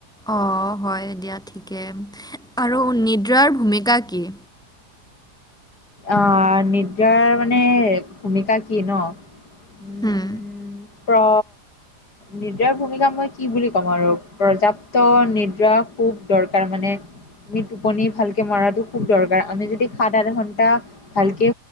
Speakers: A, in the centre; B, on the left (about 70°).
A: অ', হয় দিয়া ঠিকে আৰু নিদ্ৰাৰ ভূমিকা কি?
B: অ', নিদাৰ মানে ভূমিকা কি ন? উম
A: হম।
B: প্ৰ নিদ্ৰাৰ ভূমিকা মই কি বুলি ক'ম আৰু পৰ্যাপ্ত নিদ্ৰা খুব দৰকাৰ মানে আমি টোপনি ভালকে মৰাটো খুব দৰকাৰ আমি যদি সাত আঠ ঘণ্টা ভালকে